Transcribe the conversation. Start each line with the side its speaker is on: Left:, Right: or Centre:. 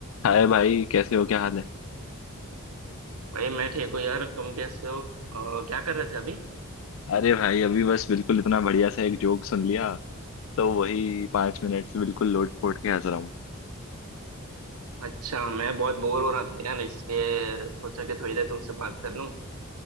Left: हाय भाई कैसे हो क्या हाल है
Right: भाई मैं ठीक हूँ यार तुम कैसे हो अ, क्या कर रहे थे अभी
Left: अरे भाई अभी बस बिल्कुल इतना बढ़िया सा एक जोक सुन लिया तो वही पांच मिनट से बिल्कुल लोट पोट के हंस रहा हूँ
Right: अच्छा मैं बहुत बोर हो रहा था यार इसलिए सोचा कि थोड़ी देर तुमसे बात कर लूँ